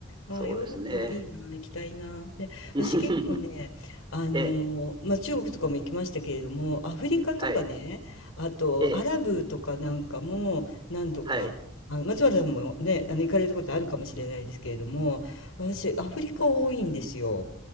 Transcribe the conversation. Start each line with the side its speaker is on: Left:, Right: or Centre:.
Left: ああ、
Right: そうですね。
Left: ヨーロッパいいな、行きたいな。で、私結構ね、
Right: <laughs>
Left: あの
Right: ええ。
Left: ーまあ、中国とかも行きましたけれども、アフリカとかね、
Right: はい。
Left: あとアラブとかなんかも何度か、
Right: ええ。はい。
Left: あの松原さんもね、あの行かれたことあるかもしれないですけれども、私、アフリカ多いんですよ。